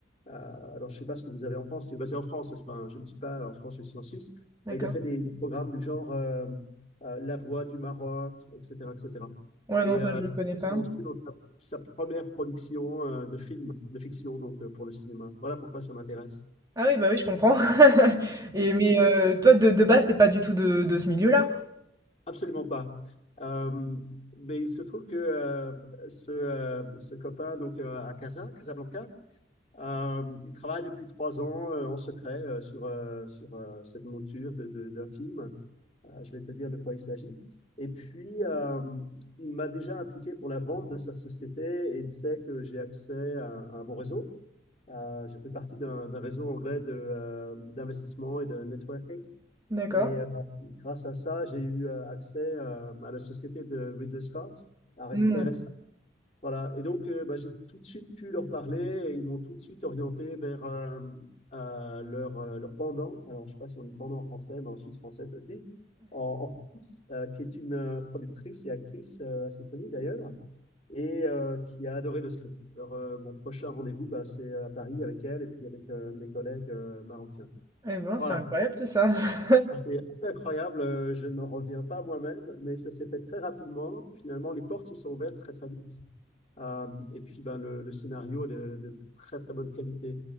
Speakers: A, on the left (about 35°); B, on the right (about 20°).
A: euh, alors, je ne sais pas ce que vous avez en France. Il est basé en France, n'est-ce pas? hein Je ne suis pas en France, je suis en Suisse.
B: d'accord.
A: Euh, Il a fait des, des programmes du genre euh, euh, La Voix du Maroc, etc., etc. Et cetera.
B: Ouais,
A: Et
B: non, ça,
A: euh,
B: je le connais
A: il
B: pas.
A: se lance dans sa, sa première production euh, de film, de fiction, donc euh, pour le cinéma. Voilà pourquoi ça m'intéresse.
B: Ah oui, bah oui, je comprends. <laughs> Et mais heu, toi, de de base, t'es pas du tout de de ce milieu-là?
A: Absolument pas. Euh, mais il se trouve que euh, ce, euh, ce copain donc euh, à Casa, Casablanca, euh, il travaille depuis trois ans euh, en secret euh, sur, euh, sur euh, cette monture de, de- d'un film. Euh, je vais te dire de quoi il s'agit. Et puis, euh, il m'a déjà impliqué pour la vente de sa société et il sait que j'ai accès à, à un bon réseau. Euh, je fais partie d'un d'un réseau anglais de, euh, d'investissement et de networking
B: D'accord.
A: et euh, grâce à ça, j'ai eu euh, accès euh, à la société de Ridley Scott, RS-
B: Mmh.
A: RSA. Voilà. Et donc, euh, bah, j'ai tout de suite pu leur parler et ils m'ont tout de suite orienté vers euh, euh, leur, euh, leur pendant. Alors, je ne sais pas si on dit pendant en français, mais en suisse français, ça se dit. En, en France, euh, qui est une euh, productrice et actrice euh, assez connue d'ailleurs, et euh, qui a adoré le script. Alors, euh, mon prochain rendez-vous, bah, c'est euh, à Paris avec elle et puis avec euh, mes collègues euh, marocains.
B: Et ben,
A: Voilà.
B: c'est incroyable tout ça. <laughs>
A: Ah, C'est assez incroyable, euh, je n'en reviens pas moi-même, mais ça s'est fait très rapidement. Finalement, les portes se sont ouvertes très très vite. Euh, et puis, ben, le, le scénario est de, de très très bonne qualité.